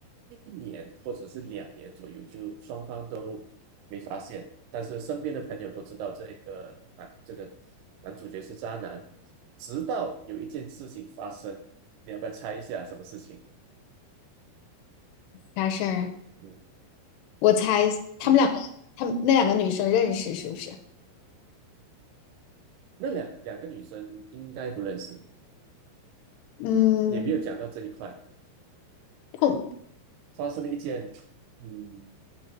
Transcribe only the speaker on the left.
啥事儿？
我猜他们两个，
他们那两个女生认识是不是？
嗯，
碰